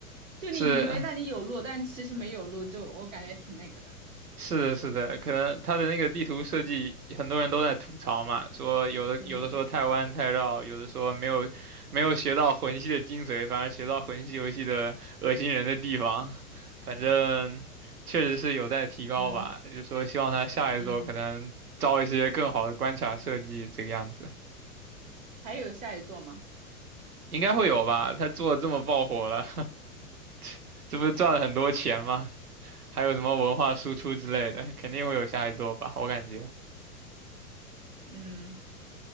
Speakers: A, on the right (about 60°); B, on the right (about 80°).
A: 就你以为那里有路，
B: 是
A: 但其实没有路，就我感觉挺那个的。
B: 是的，是的，可能他的那个地图设计，很多人都在吐槽嘛，说有的有的说太弯太绕，
A: 嗯
B: 有的说没有没有学到魂系的精髓，反而学到魂系游戏的恶心人的地方，反正确实是有待提高吧。
A: 嗯
B: 就说希望他下一座可能招一些更好的关卡设计，
A: 嗯，
B: 这个样子
A: 还有下一座吗？
B: 应该会有吧？他做得这么爆火了，<laughs> 这不是赚了很多钱吗？还有什么文化输出之类的，肯定会有下一座吧，我感觉。
A: 嗯，